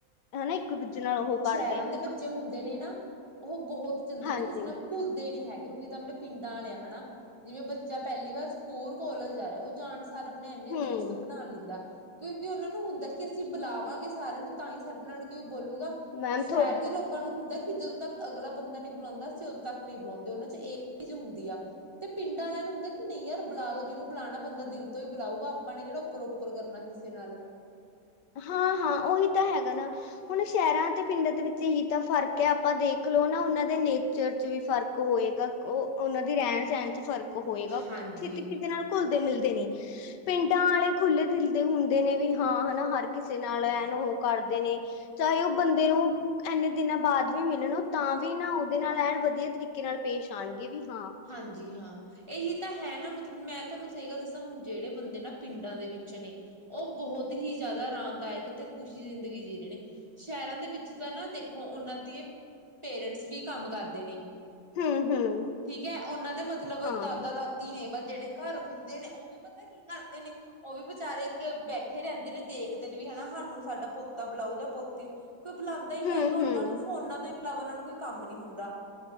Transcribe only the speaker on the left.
ਹਨਾ। ਇੱਕ ਦੂਜੇ ਨਾਲ ਓਹੋ ਕਰ
ਹਾਂਜੀ
ਹੂੰ
ਮੈਮ
ਥੋ
ਹਾਂ-ਹਾਂ, ਓਹੀ ਤਾਂ ਹੈਗਾ ਨਾ। ਹੁਣ ਸੈ਼ਰਾਂ ਅਤੇ ਪਿੰਡਾਂ ਦੇ, ਵਿੱਚ ਏਹੀ ਤਾਂ ਫਰਕ ਐ, ਆਪਾਂ ਦੇਖਲੋ ਨਾ, ਓਨਾਂ ਦੇ ਨੇ ਚ ਵੀ ਫ਼ਰਕ ਹੋਏਗਾ, ਓ ਉਹਨਾਂ ਦੀ ਰੈਣ-ਸੈਣ ਚੋ, ਫ਼ਰਕ ਹੋਏਗਾ,
ਛੇ ਕਿਸੇ ਨਾਲ ਘੁਲਦੇ -ਮਿਲਦੇ ਨੀ, ਪਿੰਡਾਂ ਆਲੇ ਖੁੱਲੇ ਦਿਲ ਦੇ ਹੁੰਦੇ ਨੇ ਵੀ ਹਾਂ ਹਨਾ। ਕਿਸੇ ਨਾਲ ਐਨ ਉਹੋ ਕਰਦੇ ਨੇ, ਚਾਹੇ ਓ ਬੰਦੇ ਨੂੰ ਐਨੇ ਦਿਨਾਂ ਬਾਅਦ ਵੀ ਮਿਲਣ ਓ ਤਾਂ ਵੀ, ਨਾ ਉਹਦੇ ਨਾਲ ਐਣ ਵਧੀਆ ਤਰੀਕੇ ਨਾਲ ਪੇਸ਼ ਆਂਣਗੇ ਵੀ ਹਾਂ।
ਹੂੰ-ਹੂੰ।
ਹਾਂ
ਹੂੰ-ਹੂੰ